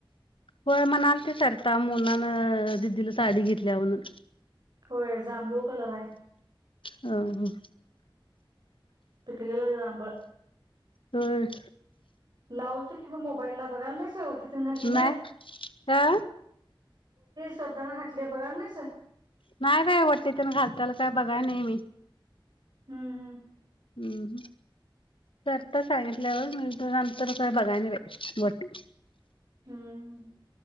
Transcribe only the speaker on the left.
हो म्हणाल ते सरिता मुलानं दिदीला साडी घेतल्या म्हणून
ह
हम
नाही अ
नाही बाई काय वटीतन घालताला काय बघाय नाही मी
हम्म ह सरीता सांगितल्यावर मी नंतर काय बघाय नाही बाई ओटी